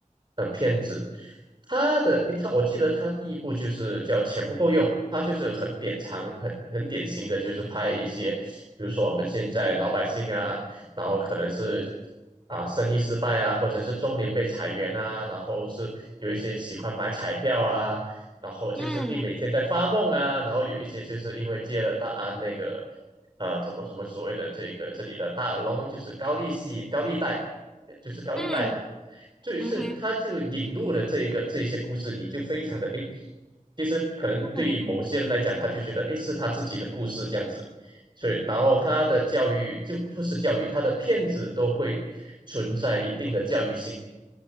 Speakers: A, on the right; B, in the centre.
A: 呃片子。他的他，我记得他第一部就是叫《钱不够用》，他就是很典藏、很很典型的，就是拍一些，比如说我们现在老百姓啊，然后可能是啊生意失败啊，或者是中年被裁员啊，然后是有一些喜欢买彩票啊，然后就是一每天在发梦啊，
B: 嗯
A: 然后有一些就是因为接了大啊那个啊，怎么什么所谓的这个这里的大耳窿，就是高利息、高利贷，呃就是高利贷嘛。
B: 嗯
A: 就是他就引入了这一个这一些故事，
B: 嗯哼。
A: 你就非常的诶，其实可能对于某些人来讲，
B: 嗯
A: 他就觉得诶是他自己的故事这样子，所以然后他的教育就不是教育，他的骗子都会存在一定的教育性。